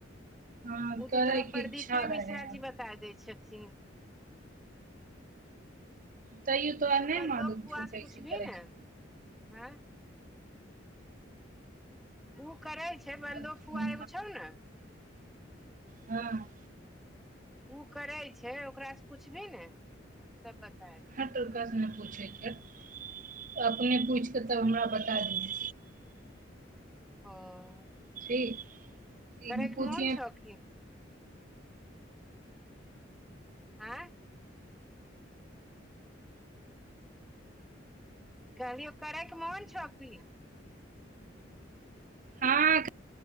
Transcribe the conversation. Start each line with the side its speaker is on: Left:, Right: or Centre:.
Right: हँ
Centre: उ त
Right: करैके
Centre: तोरा प्रदीपे
Right: इच्छा
Centre: मिश्राजी
Right: रहै
Centre: बताय दय छथिन
Right: तैयो तोरा
Centre: ओ सब
Right: नहि
Centre: बन्दो
Right: मालूम
Centre: फुआ
Right: छौ कैसे
Centre: स पुछभी
Right: करै
Centre: ने
Right: छै
Centre: आंई उ करै छै छै बन्दो
Right: हँ
Centre: फुआ एगो छौ ने
Right: हँ
Centre: उ करै छै ओकरासँ पुछबही ने सब बताय दे।
Right: हँ तकासँ नहि पूछै छ तऽ अपने पूछिकेऽ हमरा बता दिहै
Centre: ह
Right: <inaudible>
Centre: करैके
Right: पूछिये
Centre: मोन छौ की आँई कहलियौ करैके मोन छौ की
Right: हँ